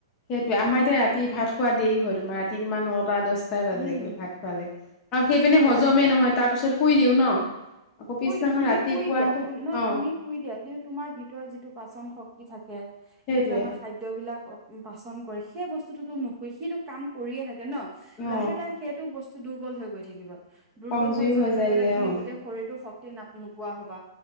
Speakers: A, on the left; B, on the right.
A: সেইটোয়ে আমাৰ এতিয়া ৰাতি ভাত খোৱা দেৰি হয়, ৰাতি তোমাৰ ৰাতি মানত। টা দশটাই বাজেগৈ
B: উম
A: ভাত খোৱালে, কাৰণ
B: একেবাৰে
A: সেইপিনে
B: বেয়া
A: হজমে
B: কথা
A: নহয় তাৰ পিছত শুই দিওঁ
B: উম
A: ন। আকৌ পিছদিনাখন
B: শুই দি তুমি
A: ৰাতিপুৱা
B: শুই দিয়া ন
A: অ
B: তুমি শুই দিয়া কিন্তু তোমাৰ ভিতৰৰ যিটো পাচন শক্তি দি থাক। কে,
A: সেইটোৱে
B: যিটো আমাৰ খাদ্যবিলাকক উ পাচন কৰে, সেই বস্তুটো টো নোশোৱে, সিটো কাম কৰিয়ে থাকে। ন,
A: অ
B: লাহে লাহে সেইটো বস্তু টো দুৰ্বল হৈ গৈ থাকিব। দুৰ্বল
A: কমজুৰি
B: হৈ যোৱাৰ লগতে
A: যায়গে
B: তুমি
A: অ
B: গোটেই শৰীৰতো শক তি না নোপোৱা হবা,